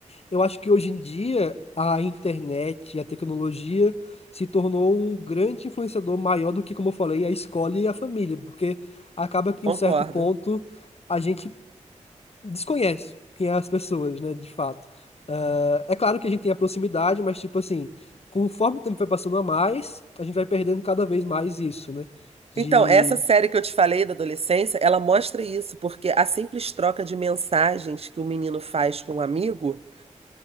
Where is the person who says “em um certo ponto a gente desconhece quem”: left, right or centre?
Left